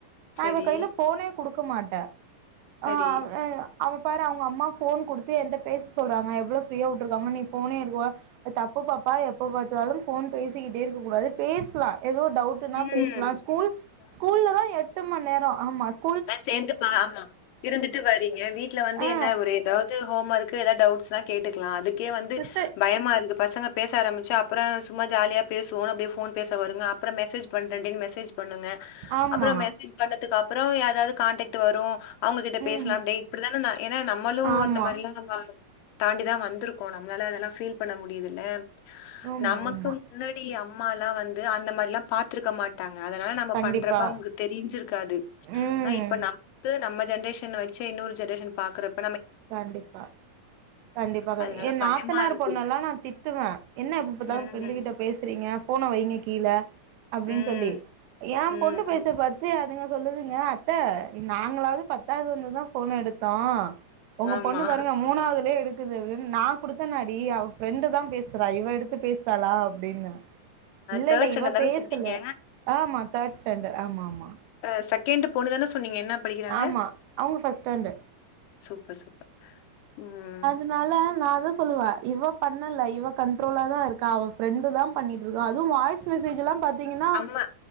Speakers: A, on the right (about 85°); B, on the left (about 75°).
A: நா
B: சரி
A: இவ கைல ஃபோனே குடுக்க மாட்டே
B: சரி
A: ஆவ் ஏ அவ பாரு அவுங்க அம்மா ஃபோன் குடுத்து என்ட்ட பேச சொல்றாங்க எவ்ளோ ஃப்ரீயா வுட்டுருக்காங்க நீ ஃபோனே எடுக்குவ அது தப்பு பாப்பா எப்ப பாத்தாலு ஃபோன் பேசிக்கிட்டே இருக்க கூடாது பேஸ்லா ஏதோ டவு ட்ன்னா
B: ம்
A: பேஸ்லா ஸ்கூல் ஸ்கூல்ல தா எட்டு மண் நேரோ ஆமா ஸ்
B: அத சேந்து பா ஆ இருந்துட்டு வரீங்க வீட்ல வந்து
A: ஆ
B: என்ன ஒரு எதாது ஹோம் ஒர்க்கு எதாது டவுட்ஸ்னா கேட்டுக்கலா அதுக்கே வந்து
A: சிஸ்டர்
B: பயமாருக்கு பசங்க பேச ஆரம்பிச்சா அப்புற சும்மா ஜாலியா பேசுவோ அப்டியே ஃபோன் பேச வருங்க அப்புற மெசேஜ் பண்றேன்டி னு மெசேஜ் பண்ணுங்க
A: ஆமா
B: அப்றோ மெசேஜ் பண்ணதுக்கு அப்புறோ யார்வது காண்டக்ட் வரு அவுங்ககிட்ட
A: ம்
B: பேசலாம் டே இப்டிதானே நா ஏன்னா நம்மளு
A: ஆமா
B: இந்த மாதிரிலா தாண்டிதா வந்திருக்கோ நம்மளால அதெல்லா ஃபீல் பண்ண முடியுதுல்ல
A: ஆமா
B: நமக்கு
A: ஆமா
B: முன்னாடி அம் அம்மாலா வந்து அந்த மாரில்லா பாத்துருக்க மாட்டாங்க அதனால நம்ம
A: கண்டிப்பா
B: பண்றப்ப அவங்க்கு தெரிஞ்சிருக்காது
A: ம்
B: ஆன் இப்ப நமக்கு நம்ம ஜென்ரேஷன் வச்சி இன்னொரு ஜென்ரேஷன் பாக்குறப்
A: கண்டிப்பா கண்டிப்பா
B: அதனால
A: என் நாத்தனார்
B: பயமா இருக்கு
A: பொண்ணலா நான் திட்டுவேன் என்ன எப்ப பாத்தாலும்
B: ம்
A: ஃப்ரெண்ட்
B: ம்
A: கிட்ட பேசு எடுக்கீரிங்க போனை வைங்க கீழே அப்டின்னு
B: ம்
A: சொல்லி ஏன்
B: ம்.
A: பொண்ணு பேசத பாத் பாத்து அதுங்க சொல்லுதுங்க அத்தை நாங்களாவது பத்தாவது வந்துதான் போனை எடுத்தோம் உங்க
B: ஆமா
A: பொண்ணு பாருங்க மூணாவதுலேயே எடுக் குது நான் குடுத்தனாடி அவ ஃப்ரெண்டு தான் பேசுறா இவ எடுத்து பேசுறாளா அப்டின்னு இல்ல
B: தேர்ட்
A: இல்ல
B: ஸ்டாண்டர்ட்
A: இவ
B: தானே
A: பேசல
B: சொன்னீங்க
A: ஆமா தேர்ட் ஸ்டாண்டர்ட் ஆமா ஆமா
B: அ செகண்ட் பொண்ணுதானே சொன்னீங்க என்ன படிக்கிறாங்க
A: ஆமா அவங்க ஃபர்ஸ்ட் ஸ்டாண்டர்ட்
B: சூப்பர் சூப்பர் ம்
A: அதனால நான் தான் சொல்லுவேன் இவ பண்ணல இவ கண்ட்ரோலா தான் இருக்கா அவ ஃப்ரெண்டு தான் பண்ணிட்டு இருக்கா அதுவும் வாய்ஸ் மெசேஜ்லாம் பாத்தீங்கன்னா
B: பா